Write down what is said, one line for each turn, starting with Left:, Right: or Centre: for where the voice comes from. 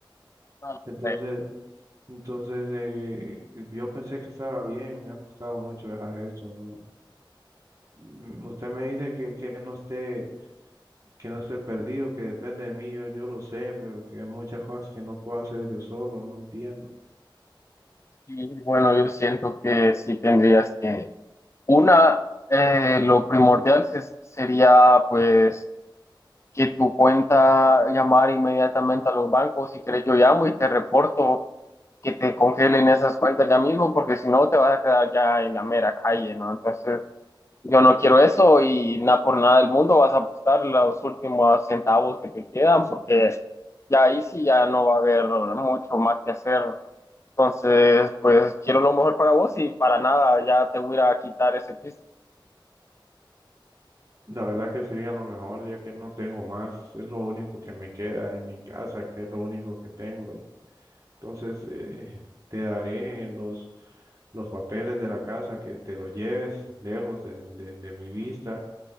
Left: Hombre,
Right: Entonces, entonces eh, yo pensé que estaba bien, me ha costado mucho dejar esto, ¿no? Mm, Usted me dice que, que no esté, que no esté perdido, que depende de mí, yo, yo lo sé, pero que hay muchas cosas que no puedo hacer yo solo, no entiendo.
Left: Y bueno, yo siento que sí tendrías que, una, eh, lo primordial se- sería pues que tu cuenta llamar inmediatamente a los bancos, si querés yo llamo y te reporto que te congelen esas cuentas ya mismo, porque si no te vas a quedar ya en la mera calle, ¿no? Entonces... Yo no quiero eso y nada por nada del mundo vas a apostar los últimos centavos que te quedan porque ya ahí sí ya no va a haber mucho más que hacer. Entonces, pues quiero lo mejor para vos y para nada ya te voy a ir a quitar ese twist.
Right: La verdad que sería lo mejor, ya que no tengo más, es lo único que me queda en mi casa, que es lo único que tengo. y Entonces, eh, te daré los, los papeles de la casa, que te lo lleves lejos de, de- de mi vista